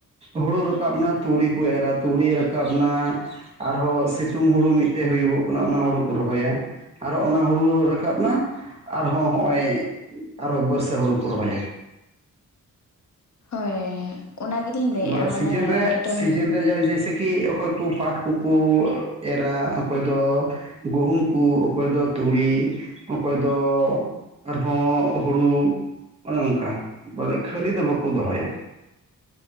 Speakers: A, on the right; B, on the left.
A: ᱦᱩᱲᱩ ᱨᱟᱠᱟᱵ ᱱᱟ ᱛᱩᱲᱤ ᱠᱚ ᱮᱨᱟ ᱛᱩᱲᱤ ᱨᱟᱠᱟᱵ ᱱᱟ ᱟᱨᱦᱚᱸ ᱥᱤᱛᱩᱝ ᱦᱩᱲᱩ ᱢᱤᱫᱴᱮᱜ ᱦᱩᱭᱩᱜᱚᱜ ᱠᱟᱱᱟ ᱚᱱᱟ ᱦᱩᱲᱩ ᱠᱚ ᱨᱚᱦᱚᱭᱟ᱾ ᱟᱨᱚ ᱚᱱᱟ ᱦᱩᱲᱩ ᱨᱟᱠᱟᱵ ᱱᱟ ᱟᱨᱦᱚᱸ ᱦᱚᱸᱜ-ᱚᱭ ᱟᱨᱚ ᱵᱟᱹᱨᱥᱟᱹ ᱦᱩᱲᱩ ᱠᱚ ᱨᱚᱦᱚᱭᱟ᱾
B: ᱦᱳᱭ᱾ ᱚᱱᱟ ᱜᱮᱞᱤᱧ ᱞᱟᱹᱭᱮᱫᱼᱟ
A: ᱵᱚᱞᱮ
B: ᱢᱟᱱᱮ
A: ᱥᱤᱡᱮᱱ ᱨᱮ
B: ᱢᱤᱫᱴᱮᱱ
A: ᱥᱤᱡᱮᱱ ᱨᱮ <unintelligible> ᱠᱤ ᱚᱠᱚᱭ ᱠᱩ ᱯᱟᱴ ᱠᱩᱠᱩ ᱮᱨᱟ ᱚᱠᱚᱭ ᱫᱚ ᱜᱩᱦᱩᱢ ᱠᱩ ᱚᱠᱚᱭ ᱫᱚ ᱛᱩᱲᱤ ᱚᱠᱚᱭ ᱫᱚ ᱟᱨᱦᱚᱸ ᱦᱩᱲᱩ ᱚᱱᱮ ᱚᱝᱠᱟ, ᱵᱚᱞᱮ ᱠᱷᱟᱹᱞᱤ ᱫᱚ ᱵᱟᱠᱚ ᱫᱚᱦᱚᱭᱟ᱾